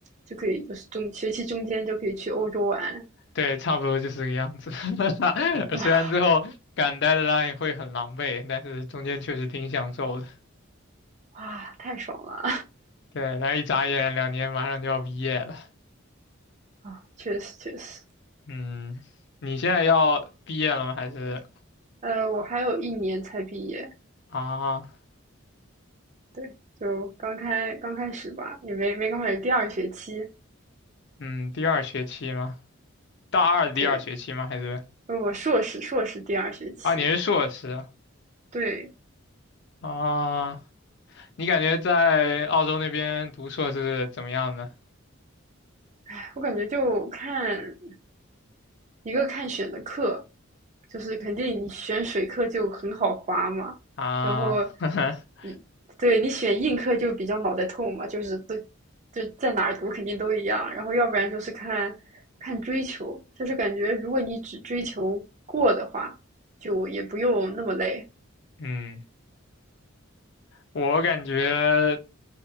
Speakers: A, on the right (about 35°); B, on the left (about 55°).
A: 就可以，就是中学期中间就可以去欧洲玩，
B: 对，差不多就是这个样子。<laughs>
A: 哇
B: 虽然最后赶 deadline 会很狼狈，但是中间确实挺享受的。
A: 哇，太爽了
B: 对，然后一眨眼两年马上就要毕业了。
A: 啊！确实确实，
B: 嗯，你现在要毕业了吗？还是
A: 呃，我还有一年才毕业，
B: 啊？
A: 对，就刚开刚开始吧，也没没刚开始，第二学期，
B: 嗯，第二学期吗？大二的第二学期吗？
A: 对，
B: 还是
A: 呃我硕士硕士第二学期，
B: 啊？你是硕士啊？
A: 对，
B: 啊你感觉在澳洲那边读硕士怎么样呢？
A: 哎我感觉就看一个看选的课，就是肯定你选水课就很好划嘛，
B: 啊，
A: 然后
B: <laughs>
A: 你对你选硬课就比较脑袋痛嘛，就是都就在哪儿读肯定都一样，然后要不然就是看看追求，就是感觉如果你只追求过的话，就也不用那么累，
B: 嗯，我感觉。<laughs>